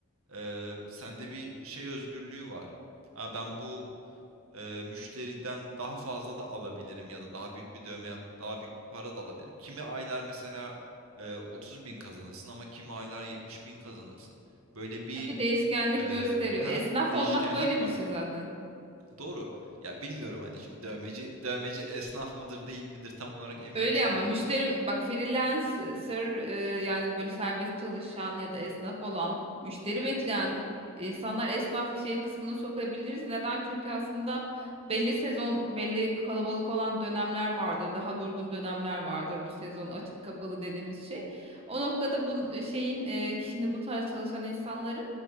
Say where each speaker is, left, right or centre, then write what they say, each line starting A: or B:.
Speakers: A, on the right; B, on the right.
A: e, sende bir şey özgürlüğü var. Ha, ben bu e, müşteriden daha fazla da alabilirim ya da daha büyük bir dövme yapıp daha büyük bir para da alabilirim. Kimi aylar mesela e, 30 bin kazanırsın ama kimi aylar 70 bin kazanırsın. Böyle bir
B: Tabii değişkenlik
A: e,
B: gösteriyor.
A: <laughs> ha,
B: Esnaf
A: değişkenlik
B: olmak böyle
A: var.
B: bir şey zaten.
A: Doğru. Ya bilmiyorum hani şimdi dövmeci dövmeci esnaf mıdır değil midir tam olarak emin
B: Öyle
A: değilim.
B: ama müşteri bak freelancer e, yani böyle serbest çalışan ya da esnaf olan müşteri bekleyen insanlar esnaf şey kısmına sokabiliriz. Neden? Çünkü aslında belli sezon belli kalabalık olan dönemler vardır. Daha durgun dönemler vardır bu sezon açık kapalı dediğimiz şey. O noktada bu şeyin e, kişinin bu tarz çalışan insanların